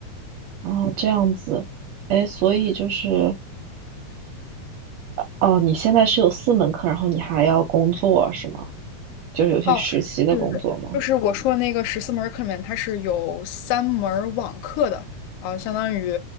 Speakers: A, on the right; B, on the left.
A: 然后这样子，哎，所以就是哦，你现在是有四门课，然后你还要工作是吗？就是有些实习的工作吗？
B: 哦，对对对，就是我说的那个十四门儿课里面，它是有三门儿网课的，然后相当于，